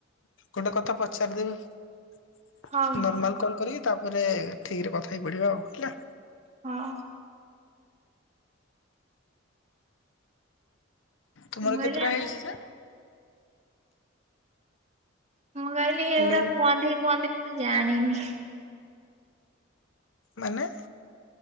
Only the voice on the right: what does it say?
ହଉ
ହଉ
ମୁଁ କହିଲି
ମୁଁ କହିଲି ଏଇଗୁରା
କୁହନ୍ତି କୁହନ୍ତି। ମୁଁ ଜାଣିନି।